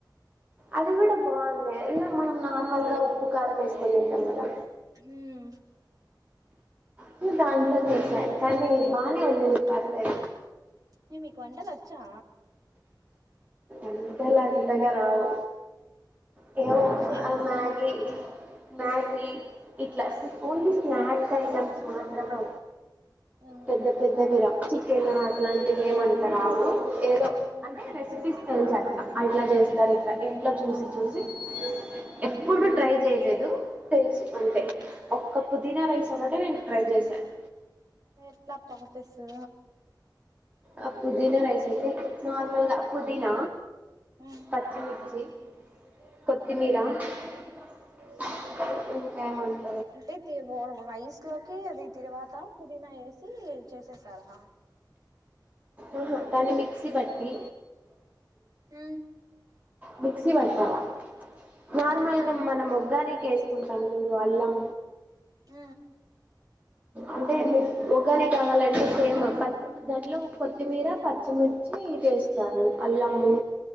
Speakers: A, on the right; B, on the right.
A: అది కూడా బాగుంది మనం హమల్గా ఉప్పు కారం వేసుకొని తింటాం కదా
B: మ్
A: <unintelligible> కనీ బానే ఉంది తాటికాయ
B: న మీకు వంటలు వచ్చా
A: ఇంటలా తంటగరవ <unintelligible>
B: మరి చే ఓ
A: ప్లాస్ ఓన్లీ స్నాక్స్ ఐటైమ్స్ మాత్రమే
B: ఉమ్
A: పెద్ద పెద్ద మీరా క నాట్లాంటిగాే ఏవంత రావు ఏదో
B: ఉమ్
A: అంటే రెసిపీస్ తెలుస అట్లా చేస్తారు ఇట్లా ఇంట్లా చూసి చూసి ఎప్పుడు
B: ఉమ్
A: ట్రై చేయలేదు తెలుసు అంతే ఒక్క పుదీనా వయసు న్నట న ట్రై చేసాను
B: ఎట్లా తొగతెసు
A: ఆ పుదినా రైస్ అయితే నార్మల్గా ఆ పుదిిన
B: ఉమ్
A: పచ్చిమిర్చి కొత్తిమీరా <unintelligible>
B: అంటే రైస్ లోకి అది తరువాత పుదీనా వేసి చేసేసారా
A: ఆహా తనే మిక్సి పట్టి
B: మ్
A: మిక్సీ పట్టాల నార్మల్
B: ఉమ్
A: గా మనం ఉగ్గానికి కే స్పూన్ చ అల్లం
B: ఆ
A: అంటే ఉగానే కావాలంటే సేమ్ ప దాంట్లో కొత్తిమీర పచ్చిమిర్చి ఇది వేస్తారు అల్లము